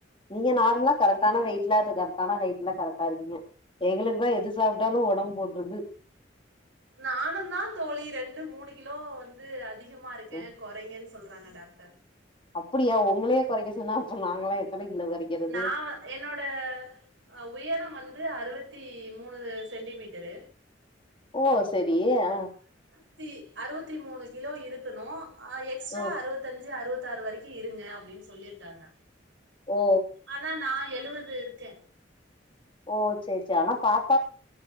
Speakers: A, on the left (about 30°); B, on the right (about 75°).
A: நீங்க நார்மலா கரெக்டான வெயிட்ல கரெக்டான ஹைட்லா கரெக்டா இருக்கீங்க எங்களுக்குதா எது சாப்டாலு ஒடம்பு போற்றுது
B: நானு தா தோழி ரெண்டு மூணு கிலோ வந்து அதிக அதிகமா இருக்கே
A: ம்
B: கொறைங்கன்னு சொல்றாங்க டாக்டர்
A: ப்டியா உங்களயே கொறைக்க சொன்னா அப்போ நாங்களா எத்தன கிலோ கொறைக்கிறது
B: நா என்னோட அ உயரம் வந்து அறுவத்தி மூணு சென்டிமீட்டரு
A: ஓ சரிே ஆ
B: த்தி அறுவத்தி மூணு கிலோ இருக்கணு அ எக்ஸ்ட்ரா
A: ஆ
B: அறுவத்தஞ்சு அறுவத் தாறு வரைக்கு இருங்க அப்டின்னு சொல்லிட்டாங்க
A: ஓ ஓ
B: அனா நா எழுவது இருக்கே
A: ஓ சேர் சே ஆனா பாத்